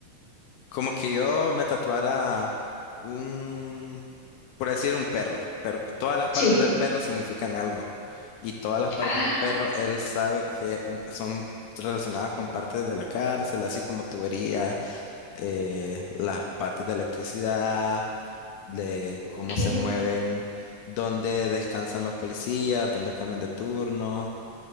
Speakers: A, on the left; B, on the left.
A: como que yo me tatuara un, por decir un perro, pero todas las partes
B: Sí.
A: del perro significan algo. Y todas las partes
B: Ah.
A: del perro, él sabe que un- son relacionadas con partes de la cárcel, así como tuberías eh, las partes de electricidad, de
B: Ok.
A: cómo se mueven, dónde descansan los policías, dónde cambian de turno,